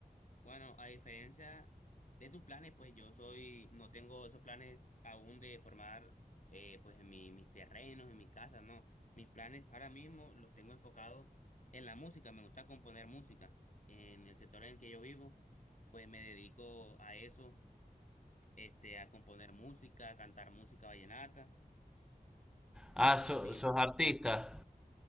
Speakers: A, on the left; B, in the centre.
A: Bueno, a diferencia de tus planes, pues yo soy, no tengo esos planes aún de formar eh, pues en mi- mis terrenos, en mis casas, no. Mis planes ahora mismo los tengo enfocados en la música, me gusta componer música. En el sector en el que yo vivo, pues me dedico a eso, este, a componer música, a cantar música vallenata. Y
B: Ah,
A: pues
B: so-
A: en mi,
B: sos artista.